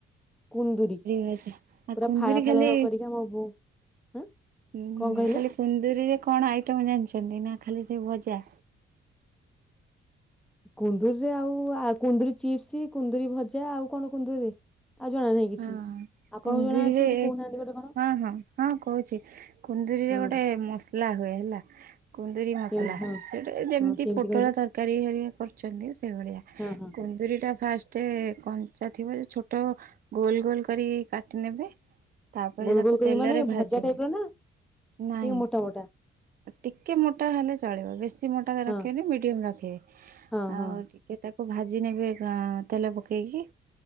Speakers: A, in the centre; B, on the right (about 45°).
A: କୁନ୍ଦୁରି ସେଇଟା
B: ଭଜା। ଆଉ କୁନ୍ଦୁରି
A: ଫାଳ
B: ଖାଲି
A: ଫାଳ କରିକି ଆମ ବୋଉ ଉଁ
B: ହୁଁ
A: କଣ କହିଲେ?
B: ଖାଲି କୁନ୍ଦୁରିରେ କଣ ଆଇଟମ୍ ଜାଣିଚନ୍ତି ନା ଖାଲି ସେ ଭଜା?
A: କୁନ୍ଦୁରିରେ ଆଉ କୁନ୍ଦୁରି ଚିପ୍ସ, କୁନ୍ଦୁରି ଭଜା ଆଉ କଣ କୁନ୍ଦୁରିରେ? ଆଉ ଜଣା ନାହିଁ କିଛି।
B: ହଁ
A: ଆପଣଙ୍କୁ
B: କୁନ୍ଦୁରିରେ
A: ଜଣା ଅଛି ଯଦି କହୁନାହାନ୍ତି ଗୋଟେ କଣ
B: ହଁ ହଁ, ହଁ କହୁଚି କୁନ୍ଦୁରିରେ
A: ହଁ
B: ଗୋଟେ ମସ ମସଲା ହୁଏ ହେଲା କୁନ୍ଦୁରି ମସଲା,
A: କେମିତି ହଁ
B: ସେଟା ଯେମିତି
A: ହଁ କେମିତି
B: ପୋଟଳ
A: କହିଲେ
B: ତର ତରକାରୀ ହେରିକା କରୁଚନ୍ତି ସେଇଭଳିଆ,
A: ହଁ ହଁ
B: କୁନ୍ଦୁରିଟା ଫାଷ୍ଟ ଗୋଟେ କଞ୍ଚା ଥିବ ଯେ ଛୋଟ ଗୋଲ ଗୋଲ କରି କାଟି ନେବେ। ତାପରେ
A: ଗୋଲ
B: ତାକୁ
A: ଗୋଲ କରିକି
B: ତେଲରେ
A: ମାନେ
B: ଭାଜିବେ
A: ଭଜା ଟାଇପ ର ନା ଟିକେ
B: ନାଇଁ
A: ମୋଟା ମୋଟା?
B: ଟିକେ ମୋଟା ହେଲେ ଚଳିବ ବେଶୀ ମୋଟା
A: ହଁ
B: ରଖିବେନି ମିଡ଼ିୟମ ରଖିବେ।
A: ହଁ
B: ଆଉ
A: ହଁ।
B: ଟିକେ ତାକୁ ଭାଜି ନେବେ କା ତେଲ ପକେଇକି।